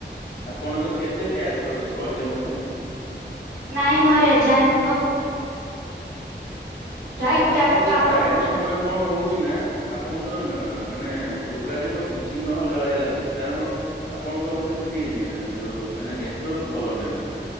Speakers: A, on the left; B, on the right.
A: ଆପଣଙ୍କର କେତେ ଟ୍ୟାସ୍ ଅଛି କହିଲେ ମତେ।
B: ନାଇଁ ମୋର ଏଜା <unintelligible> ଏଇ
A: ଆପଣଙ୍କ
B: ଟାସ୍କ ଟା ଆପଣ
A: ପ୍ରାୟତ ସମୟ କଣ ହଉଛି ନା ଆପଣଙ୍କର ନ ମାନେ ଯୋଗାଯୋଗ ବିଛିନ୍ନ ହେଲା ଭଳିଆ ଲାଗୁଛି କାରଣ ଆପଣଙ୍କର ବୋଧେ ସେଠି ନ ଯୋଉ ମାନେ ନେଟୱାର୍କ ଭଲ ନାହିଁ।